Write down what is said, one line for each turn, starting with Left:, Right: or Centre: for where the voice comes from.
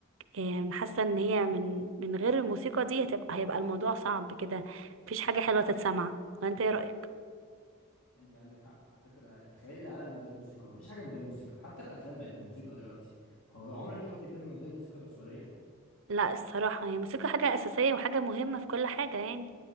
Right: آه، حاسه ان هي من من غير الموسيقى دي هتبقى هيبقى الموضوع صعب كده مفيش حاجه حلوه تتسمع وانت ايه رايك
Left: انت عندك حق على فكره تخيلي العالم من غير موسيقى مفيش حاجه من غير موسيقى حتى الافلام بقت بموسيقى دلوقتي هو عمرك شفتي فيلم من غير موسيقى تصويريه
Right: لا الصراحه هي الموسيقى حاجه اساسيه وحاجه مهمه في كل حاجه يعني